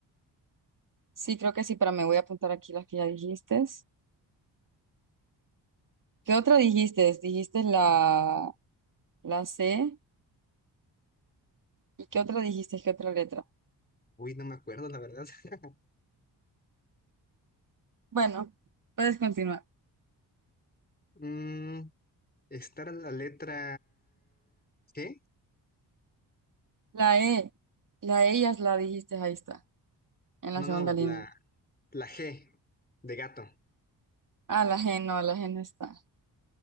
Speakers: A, on the right; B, on the left.
A: Sí, creo que sí, pero me voy a apuntar aquí las que ya dijiste. ¿Qué otra dijiste? Dijiste la, la C. ¿Y qué otra dijiste? ¿Qué otra letra?
B: Uy, no me acuerdo, la verdad. <laughs>
A: Bueno, puedes continuar.
B: Mm, estar la letra G.
A: La E. La E ya la dijiste, ahí está, en
B: No,
A: la segunda
B: no,
A: línea.
B: la, la G de gato.
A: Ah, la G no, la G no está.